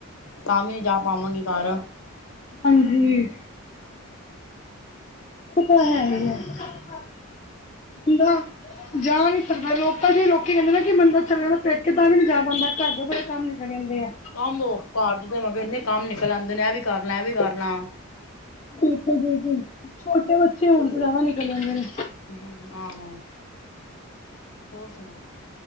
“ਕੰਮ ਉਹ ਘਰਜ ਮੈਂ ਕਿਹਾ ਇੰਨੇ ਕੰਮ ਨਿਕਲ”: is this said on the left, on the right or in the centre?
Left